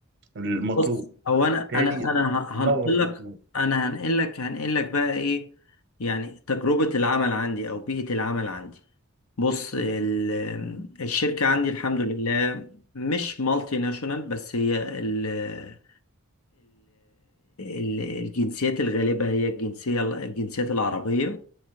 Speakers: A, on the right; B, on the left.
A: المطلوب
B: بص هو
A: فبالتالي
B: انا انا انا ه-
A: دور
B: هنقل
A: بقى
B: لك
A: دماغي.
B: انا هنقل لك هنقل لك بقى ايه يعني تجربه العمل عندي او بيئه العمل عندي بص ال- الشركه عندي الحمد لله مش مالتي ناشونال بس هي ال- ال- الجنسيات الغالبة هي الجنسية الجنسيات العربية